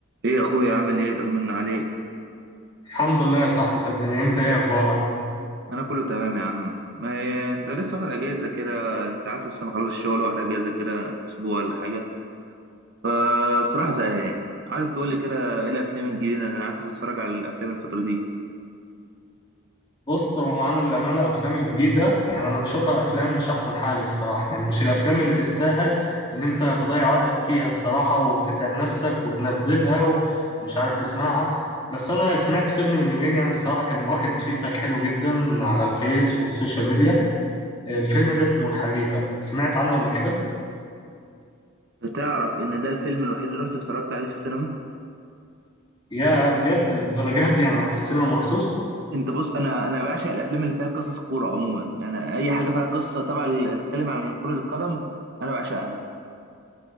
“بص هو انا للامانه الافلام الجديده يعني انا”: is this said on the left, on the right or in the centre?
Left